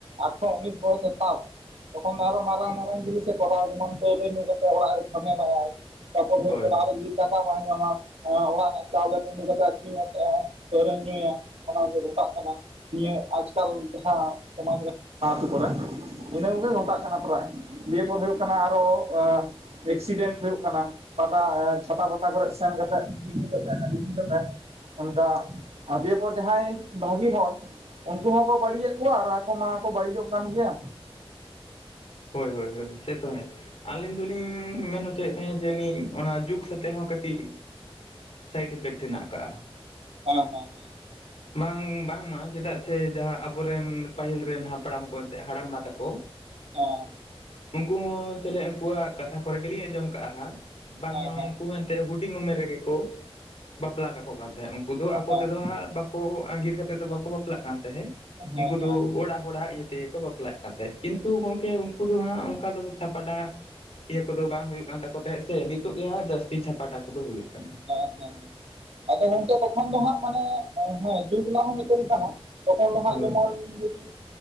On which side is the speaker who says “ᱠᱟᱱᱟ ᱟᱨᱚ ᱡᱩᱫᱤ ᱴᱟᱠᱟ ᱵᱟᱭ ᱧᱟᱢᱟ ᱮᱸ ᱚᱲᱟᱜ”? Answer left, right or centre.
Right